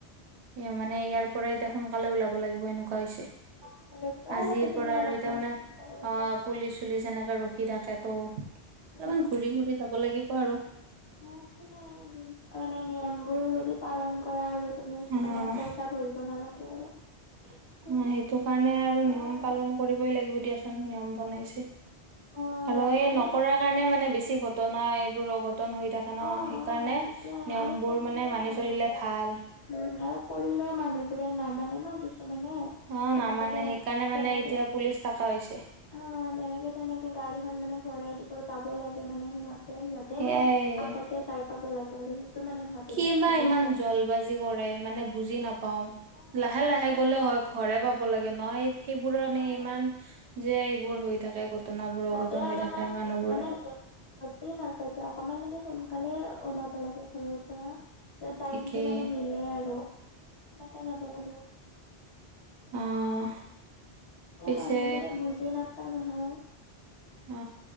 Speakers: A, on the right (about 80°); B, on the left (about 35°).
A: এ মানে ইয়াৰ পৰাই এতিয়া সোনকালে ওলাব লাগিব এনে কোৱা হৈছে,
B: ঘৰৰ পৰাই
A: আজিৰ
B: লাগে তুমি
A: পৰা আৰু
B: অলপমান
A: এতিয়া মানে
B: সোনকালে যাবা
A: অঁ পুলিচ পুলিচ এনেকে ৰখি থাকে তো অলপমান
B: উম।
A: ঘূৰি ঘূৰি যাব লাগিব আৰু।
B: অ একো নাই মানে নিয়ম বোৰ যদি পালন কৰা আৰু তুমি
A: অ',
B: মানে পইচা ভৰিব নালাগে আৰু। ত'
A: অ সেইটো কাৰণে আৰু
B: অ',
A: নিয়ম পালন কৰিবই লাগিব দিয়াচোন, নিয়ম বনাইছে।
B: অ',
A: আৰু
B: ৰাত
A: এই
B: মানে
A: নকৰাৰ কাৰণে মানে বেছি ঘটনা এইবোৰ অঘটন হৈ থাক ন
B: অ অ
A: সেইকাৰণে
B: সেইটোয়ে
A: নিয়মবোৰ
B: আৰু কৰিলেও
A: মানে মানি
B: মানুহবোৰে
A: চলিলে ভাল।
B: উম আৰু কৰিলেও মানুহবোৰে নামানে ন কিছুমানে।
A: অ
B: যেনেকে
A: নামানে
B: তেনে
A: সেইকাৰণে মানে
B: যেনেকে
A: এতিয়া পুলিচ থকা হৈছে।
B: অ যেনেকে তেনেকে গাড়ীখন মানে ভৰাই দিব চাব লাগে মানে সিহতে, সিহঁতে
A: সেয়াই
B: মানে আগতে যাই পাব লাগে আৰু সেইটো মানে ভাবি
A: কি বা
B: ভাবি
A: ইমান
B: থওঁ
A: জল বাজি কৰে মানে বুজি নাপাওঁ!
B: অ
A: লাহে
B: লাগেতো
A: লাহে গ'লেও হয় ঘৰে পাব লাগে ন, সেইবোৰ মানে
B: অ
A: ইমান যে এইবোৰ হৈ থাকে ঘটনাবোৰ
B: সিহঁতে
A: অঘটন
B: অলপমান
A: হৈ থাকে মানুহবোৰ
B: মানে যত যতেই নাজাওক কিয় অকমান মানে সোনকালে ওলাব লাগে ঘৰৰ পৰা। ত টাইমটো
A: ঠিকেই
B: মানে মিলে আৰু তেনেকে যাব লাগে।
A: আহ
B: তাকে
A: পিছে
B: মানুহবোৰে বুজি নাপায় নহয়।
A: অ